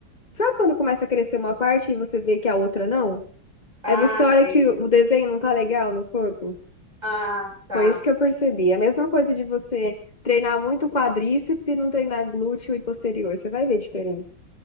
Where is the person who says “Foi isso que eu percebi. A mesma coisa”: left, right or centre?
Left